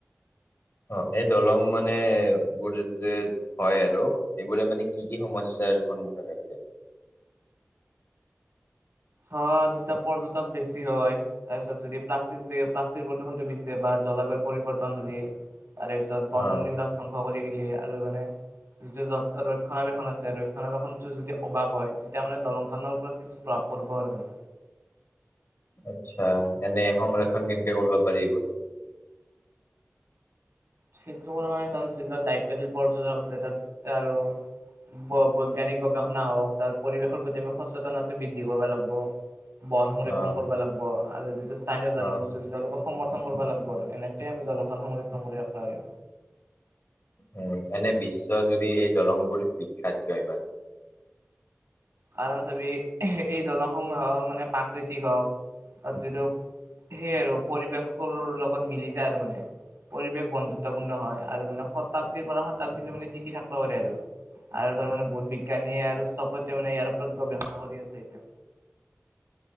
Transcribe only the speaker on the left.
অ' এই দলং মানে বুৰ যে হয় আৰু এইবোৰে মানে কি কি সমস্যাৰ সন্মুখীন হৈছে?
অ
আচ্ছা, এনে সংৰক্ষণ কেনেকে কৰিব পাৰি এইবোৰ?
অ
অ
উম, এনে বিশ্বজুৰি এই দলংবোৰ বিখ্যাত কিয় ইমান?